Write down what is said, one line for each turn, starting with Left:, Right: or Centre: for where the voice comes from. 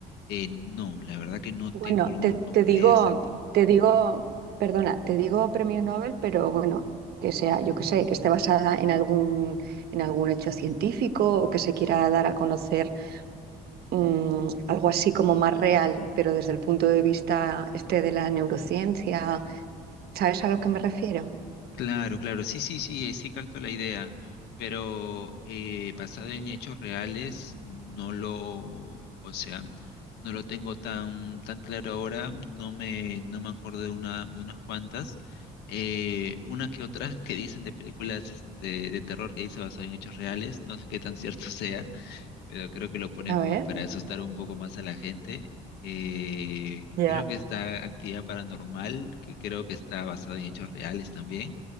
Left: eh, no, la verdad que no tengo
Right: Bueno,
Left: algún,
Right: te,
Left: alguna
Right: te digo,
Left: idea exacta.
Right: te digo, perdona, te digo premio Nobel, pero bueno, que sea, yo que sé, que esté basada en algún, en algún hecho científico o que se quiera dar a conocer mm, algo así como más real, pero desde el punto de vista este de la neurociencia, ¿sabes a lo que me refiero?
Left: Claro, claro, sí, sí, sí, eh, sí capto la idea, pero eh, basado en hechos reales, no lo, o sea, no lo tengo tan, tan claro ahora, no me, no me acuerdo de una, de unas cuantas, eh, unas que otras que dicen de películas este, de terror que dice basado en hechos reales, no sé qué tan cierto <laughs> sea pero creo que lo ponen
Right: A
Left: como
Right: ver.
Left: para asustar un poco más a la gente. Eh,
Right: Ya.
Left: creo que está Actividad Paranormal, que creo que está basada en hechos reales también,